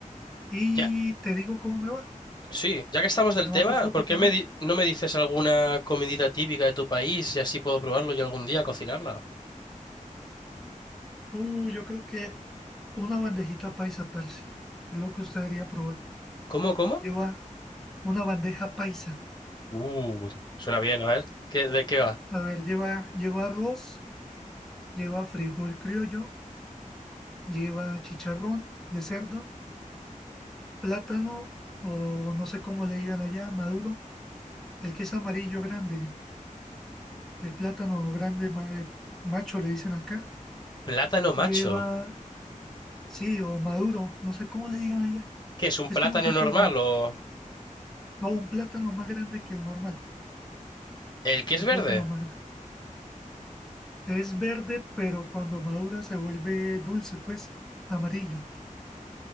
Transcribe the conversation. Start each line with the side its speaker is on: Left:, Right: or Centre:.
Centre: Y
Left: Ya,
Centre: te digo cómo me va,
Left: Sí, ya que estamos del
Centre: te mando
Left: tema,
Centre: foto
Left: ¿por qué
Centre: también.
Left: me di- no me dices alguna comidita típica de tu país y así puedo probarlo yo algún día, cocinarla?
Centre: Uy, yo creo que una bandejita paisa, parce, es lo que usted debería probar.
Left: ¿Cómo, cómo?
Centre: Lleva una bandeja paisa.
Left: Uh, suena bien, a ver. ¿Qué, de qué va?
Centre: A ver, lleva, lleva arroz, lleva frijol criollo, lleva chicharrón de cerdo, plátano, o no sé cómo le digan allá, maduro El queso amarillo grande, el plátano grande ma- eh, macho le dicen acá,
Left: Plátano macho.
Centre: lleva, sí, o maduro, no sé cómo le digan allá.
Left: ¿Qué es un
Centre: Es
Left: plátano
Centre: como un tipo,
Left: normal
Centre: va-
Left: o
Centre: no, un plátano más grande que el normal,
Left: el que es
Centre: un
Left: verde?
Centre: plátano más grande. Es verde, pero cuando madura se vuelve dulce, pues, amarillo.